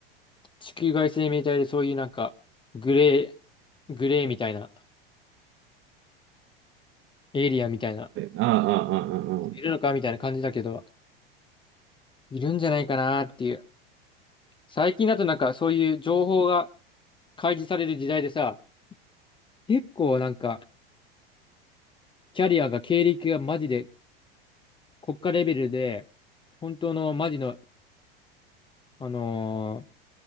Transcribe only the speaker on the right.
ああ、ああ、ああ、ああ。